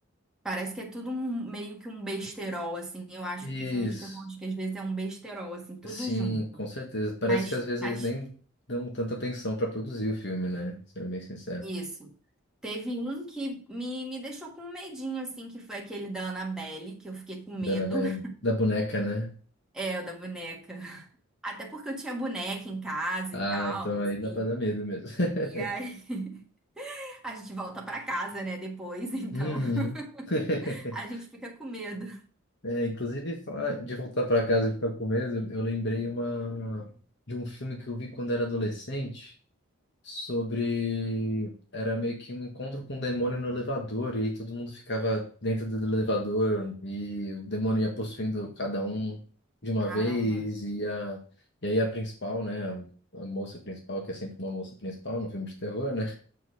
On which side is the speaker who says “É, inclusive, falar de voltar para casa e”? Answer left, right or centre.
Left